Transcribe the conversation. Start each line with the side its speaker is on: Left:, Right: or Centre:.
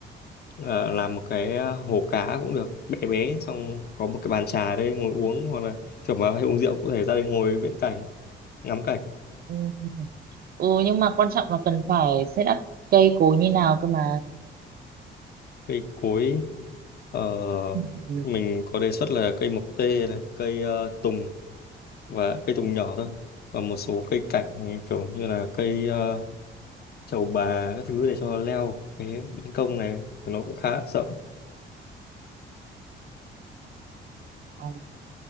Left: ờ, làm một cái ờ, hồ cá cũng được bé bé xong có một cái bàn trà ở đây ngồi uống hoặc là chuẩn mà hay uống rượu cũng có thể ra đây ngồi viễn cảnh ngắm cảnh
Right: Ừ. Ừ, nhưng mà quan trọng là cần phải set up cây cối như nào cơ mà.
Left: cây cối ờ,
Right: Ừ. ừ.
Left: mình có đề xuất là cây mộc tê này cây ờ, tùng và cây tùng nhỏ thôi và một số cây cảnh kiểu như là cây ờ, trầu bà các thứ để cho leo cái ban công này nó cũng khá rộng
Right: Ờ,